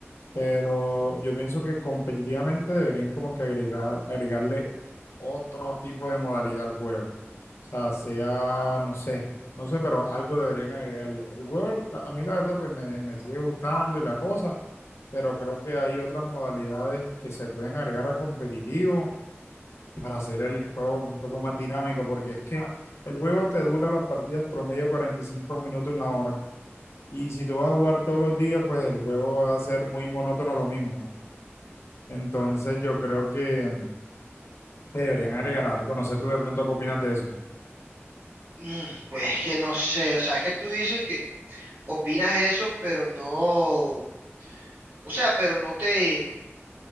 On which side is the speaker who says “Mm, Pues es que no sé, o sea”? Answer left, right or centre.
Right